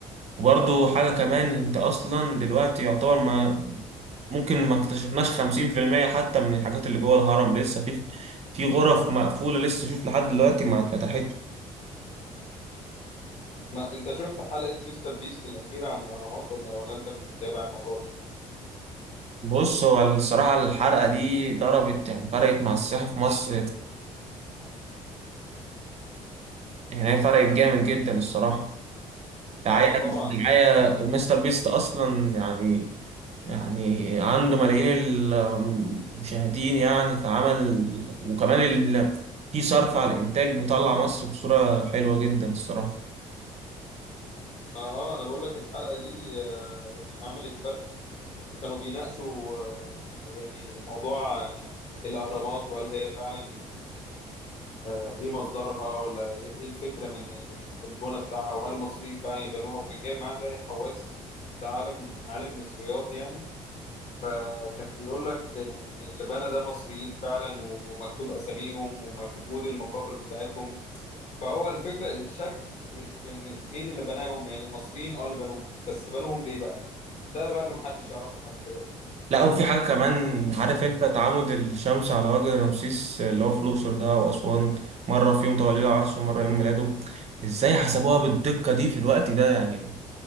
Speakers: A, on the right; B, on the left.
A: وبرضه حاجة كمان انت اصلا دلوقتي يعتبر ما ممكن ما اكتشفناش خمسين في المية حتى من الحاجات اللي جوه الهرم لسه في في غرف مقفولة لسه شوف لحد دلوقتي ما اتفتحتش
B: ما انت شفت حلقة مستر بيست الأخيرة عن الأهرامات ولا ولا انت مش متابع الموضوع ده؟
A: بص هو الصراحة الحرقة دي ضربت يعني فرقت مع السياحة في مصر يعني هي فرقت جامد جدا الصراحة دعاية
B: اه طبعا
A: دعاية مستر بيست أصلا يعني يعني عنده ملايين المشاهدين يعني فعمل وكمان ال... في صرف على الإنتاج مطلع مصر بصورة حلوة جدا الصراحة
B: ما اه انا بقول لك الحلقة دي آه، يعني عملت فرق وكانوا بيناقشوا آه، يعني موضوع آه، الأهرامات وهل هي فعلا آه، ايه مصدرها ولا ايه الفكره من البنى بتاعها وهل المصريين فعلا اللي بنوها وكان جايب معاه زي حواس ده عالم عالم مصريات يعني فكان بيقول لك يعني ان اللي بنى ده مصريين فعلا ومكتوب اساميهم وموجود المقابر بتاعتهم فهو الفكره الشك مش في ان مين اللي بناهم يعني المصريين اه اللي بنوهم بس بنوهم ليه بقى ده بقى اللي محدش يعرفه لحد دلوقتي
A: لا وفي حاجة كمان عارف انت تعامد الشمس على وجه رمسيس اللي هو في الأقصر ده وأسوان مرة في يوم توليه العرش ومرة يوم ميلاده ازاي حسبوها بالدقة دي في الوقت ده يعني